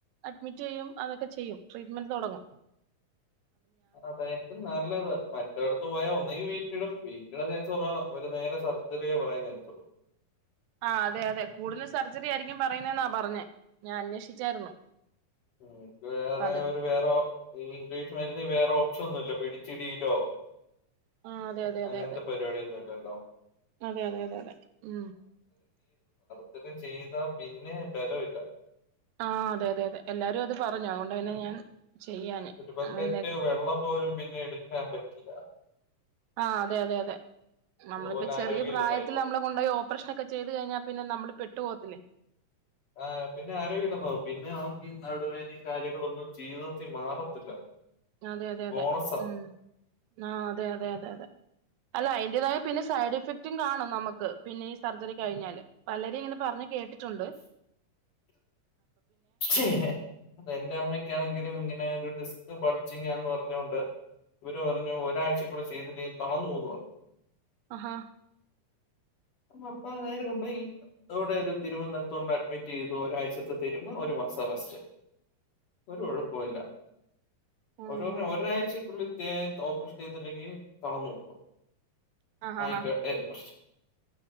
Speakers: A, on the right; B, on the left.
A: അഡ്മിറ്റെയ്യും അതൊക്കെ ചെയ്യും ട്രീറ്റ്മെന്റ് തൊടങ്ങും
B: അതായിര്ക്കും നല്ലത്. മറ്റോട്ത്ത് പോയാ ഒന്നങ്കി വീ ട്ടിടും വീറ്റിടാ ചാൻസ് കൊറവ. അവര് നേരെ സർജറിയ പറയന്നെ ചാൻസുള്ളു
A: ആഹ് അതെ അതെ കൂടുതലും സർജറി ആയിരിക്കും പറയുന്നെന്നാ പറഞ്ഞേ. ഞാൻ അന്വേഷിച്ചായിരുന്നു.
B: ക്ക് വേറെ
A: അപ്പൊ അത്
B: ഒരു വേറെ ഒ ഇംഗ്ലീഷ് മരുന്ന് വേറൊ ക്ഷൊന്നുല്ല പിടിച്ചിടിയിലോ
A: ആ അതെ അതെ അതെ
B: അങ്ങൻത്തെ
A: അതെ
B: പരിപാടൊന്ന് ണ്ടണ്ടൊ
A: അതെ അതെ അതെ അതെ ആ
B: ഇതൊക്കെചെയ്താ പിന്നെ ബലൊല്ല
A: ആ അതെ അതെതെ എല്ലാരും അത് പറഞ്ഞു അതുകൊണ്ട് തന്നെ ഞാൻ ചെയ്യാഞ്ഞെ
B: ഒരുബക്കറ്റ്
A: നമ്മള് പിന്നെ
B: വെള്ളം പോലും പിന്നെ എടുക്കാൻ പറ്റില്ല
A: ആഅതെ അതെ അതെ നമ്മളിപ്പൊ
B: അതുപോലെ
A: ചെറിയ
B: ആരോഗ്യമില്ലെന്നായി
A: പ്രായത്തിൽ
B: ഇപ്പോ
A: നമ്മളെ കൊണ്ടൊയി ഓപ്പറേഷനെക്കെ ചെയ്ത് കഴിഞ്ഞാൽ പിന്നെ നമ്മള് പെ ഇട്ട് പോത്തില്ലേ
B: ആ പിന്നെ ആരോഗ്യല്ലാതാവും പിന്നെ ആക്കി ഈ നടുവേനെ കാര്യങ്ങളൊന്നും ജീവിതത്തിൽ മാറത്തില്ല
A: അതെ അതെ അതെ
B: ബോണസാ
A: മ് ആ അതെ അതെ അതെ അതെ അല്ല അയ്ന്റേതായ പിന്നെ സൈഡ് എഫക്ട് ച്ചും കാണും നമ്മക്ക് പിന്നെ ഈ സർജറി കഴിഞ്ഞാല് പലരും ഇങ്ങനെ പറഞ്ഞ് കേട്ടി ട്ടുണ്ട്
B: ചെ ഹേ പ്പഎന്റെ അമ്മക്ക്‌ ണെങ്കിലും ഇങ്ങനെ ഒരു ഡിസ്ക് ബൾജിങ്ങാന്ന്പറഞ്ഞോണ്ട് ഇവര് പറഞ്ഞു ഒരാഴ്ച കൂടെ ചെയ്തില്ലേൽ തളന്നുപോവൂന്നു പറഞ്ഞു
A: അഹാ
B: നമ്മ അപ്പ നേരെ കൊണ്ടോയി ഇവിടെ ഒരു തിരുവനന്തരത്ത് കൊണ്ടോയി അഡ്മിറ്റ് ചെയ്തു ഒരാഴ്ചത്തെ ഇപ്പ ഒരു മാസാ റസ്റ്റ് ഒരു കൊഴപ്പല്ല
A: ആഹ്
B: അവര് പറഞ്ഞ് ഒരാഴ്ചക്കുള്ളിൽ ത്തെ ഓപ്പറേഷൻ ചെയ്തില്ലെങ്കിൽ തളന്ന്പോവും
A: ആഹ്
B: ആയിക്കോട്ടെ
A: ആഹ്
B: പ്രഷ്